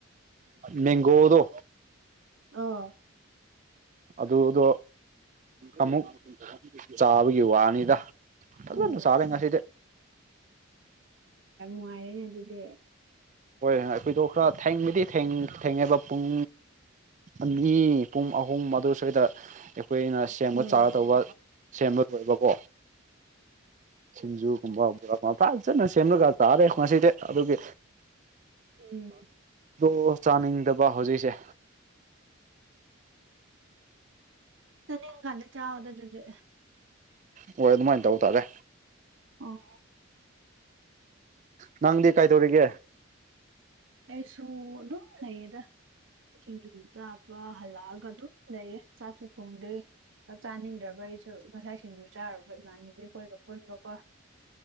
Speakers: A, on the right (about 35°); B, on the right (about 65°).
A: ꯃꯦꯡꯒꯣ ꯗꯣ
B: ꯑ
A: ꯑꯗꯨꯗꯣ ꯑꯃꯨꯛ ꯆꯥꯕꯒꯤ ꯋꯥꯅꯤꯗ
B: ꯑꯣ
A: ꯁꯕ ꯌꯦ ꯉꯁꯤꯗꯦ
B: ꯃ ꯑꯔꯅꯦ ꯑꯗꯨꯗꯤ
A: ꯍꯣꯏ ꯊꯣꯏꯗꯣꯛꯈ꯭ꯔ ꯊꯦꯡꯕꯗꯤ ꯊꯦꯡꯅꯩꯕ ꯄꯨꯡ ꯑꯅꯤ ꯄꯨꯡ ꯑꯍꯨꯝ ꯑꯗꯨ ꯁ꯭ꯋꯥꯏꯗ ꯑꯩꯈꯨꯏꯅ ꯁꯦꯝꯕ
B: ꯎꯝ
A: ꯆꯥꯒꯗꯧꯕ ꯁꯦꯝꯕ ꯂꯣꯏꯕꯀꯣ ꯁꯤꯡꯖꯨꯒꯨꯝꯕ ꯒ ꯄꯥꯛꯖꯅ ꯁꯦꯝꯂꯒ ꯇꯥꯔꯦ ꯉꯁꯤꯗꯤ ꯑꯗꯨꯒꯤ
B: ꯎꯝ
A: ꯑꯣ ꯆꯥꯅꯤꯡꯗꯕ ꯍꯧꯖꯤꯛꯁꯦ
B: ꯆꯅꯤꯤꯡ ꯀꯂꯦ ꯆꯥꯗꯗꯗꯤ
A: ꯍꯣꯏ ꯑꯗꯨꯃꯥꯏꯅ ꯇꯧꯕ ꯇꯥꯔꯦ
B: ꯑꯣ
A: ꯅꯪꯗꯤ ꯀꯥꯏꯗꯧꯔꯤꯒꯦ
B: ꯑꯩꯁꯨ ꯑꯗꯨꯝ ꯂꯩꯌꯦꯗ ꯁꯤꯡꯖꯨ ꯆꯥꯕ ꯍꯜꯂꯛꯑꯒ ꯑꯗꯨꯝ ꯂꯩꯌꯦ ꯆꯥꯛꯁꯨ ꯊꯣꯡꯗ꯭ꯣꯏ ꯆꯥꯛ ꯆꯥꯅꯤꯡꯗ꯭ꯔꯕ ꯑꯩꯁꯨ ꯃꯁꯥꯏꯁꯤꯡꯁꯨ ꯆꯥꯔꯨꯕ ꯏꯃꯥꯟꯅꯕꯤ ꯑꯩꯈꯣꯏꯒ ꯄꯨꯟꯕꯀꯣ